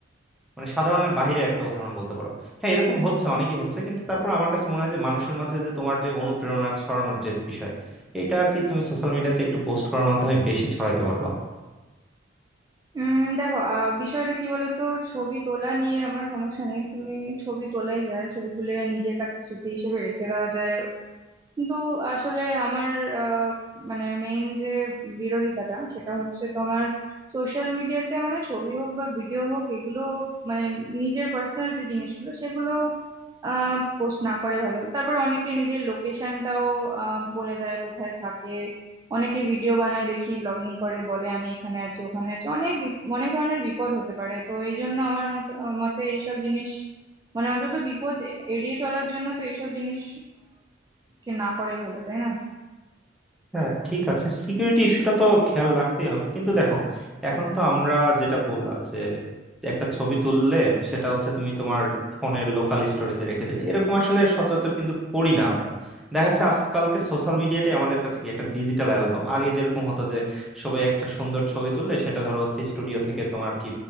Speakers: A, in the centre; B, on the right (about 20°).
A: মানে সাধারণের বাইরের একটা উদাহরণ বলতে পারো হ্যাঁ এরকম হচ্ছে অনেকই হচ্ছে কিন্তু তারপর আমার কাছে মনে হয় যে মানুষের মাঝে যে তোমার যে অনুপ্রেরণা ছড়ানোর যে বিষয় এটা আর কি তুমি সোশ্যাল মিডিয়াতে একটু পোস্ট করার মাধ্যমে বেশি ছড়াইতে পারবা
B: উম দেখো আহ বিষয়টা কি বলতো ছবি তোলা নিয়ে আমার সমস্যা নেই তুমি ছবি তোলাই যায় ছবি তুলে নিজের কাছে স্মৃতি হিসেবে রেখে দেওয়া যায় কিন্তু আসলে আমার আহ, মানে মেইন যে বিরোধিতাটা সেটা হচ্ছে তোমার সোশ্যাল মিডিয়াতে মানে ছবি হোক বা ভিডিও হোক এগুলো মানে নিজের পার্সোনাল যে জিনিসগুলো সেগুলো আহ পোস্ট না করে ভালো তারপর অনেকে নিজের লোকেশনটাও আহ বলে দেয় কোথায় থাকে অনেকে ভিডিও বানায় দেখি ব্লগিং করে বলে আমি এখানে আছি ওখানে আছি অনেক বিপ- অনেক ধরনের বিপদ হতে পারে তো এই জন্য আমার মত- মতে এইসব জিনিস মানে অন্তত বিপদ এড়িয়ে চলার জন্য তো এইসব জিনিস কে না করাই ভালো তাই না
A: হ্যাঁ ঠিক আছে সিকিউরিটি ইস্যুটা তো খেয়াল রাখতেই হবে কিন্তু দেখো এখন তো আমরা যেটা বললাম যে একটা ছবি তুললে সেটা হচ্ছে তুমি তোমার ফোনের লোকাল স্টোরেজে রেখে দিলে এরকম আসলে সচরাচর কিন্তু করি না আমরা দেখা যাচ্ছে আজকালকে সোশ্যাল মিডিয়াটাই আমাদের কাছে কি একটা ডিজিটাল অ্যালবাম আগে যেরকম হতো যে সবাই একটা সুন্দর ছবি তুললে সেটা ধরো হচ্ছে স্টুডিও থেকে তোমার কি